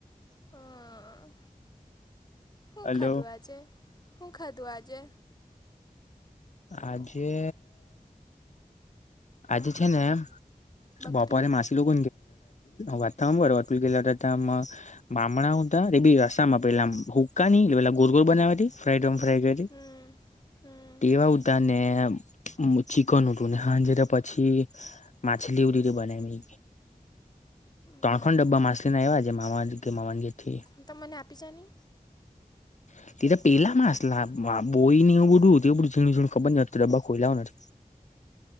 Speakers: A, on the left (about 30°); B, on the left (about 55°).
A: હા, હું
B: હલો
A: ખાધું આજે? હું ખાધું આજે?
B: આજે આજે છે ને
A: બકરી
B: બપોરે માછ <unintelligible> વાત તો હાંભર <unintelligible> બામણા હુતા એ બી રસા માં પેલા હુક્કા ની પેલા ગોરગોર બનાવી તે ફ્રાયોમ ફ્રાય કરી હતી.
A: હમ હમ
B: તેવા હુતાને એમ. ચિકન હુતુ ને હાજે તો પછી માછલી વડી રે બને ની. ત્રણ
A: બરાબર
B: ખન ડબ્બા માછલી ના આયવા છે મામ ન કે માવાનગયા થી.
A: તો મને આપી જા ની.
B: હ તે તો પેહલા માસલા બોઈ ને એવું બું એ બધું ઝીણ ઝણ ખબર ન ડબ્બા ખોઈલા નથી.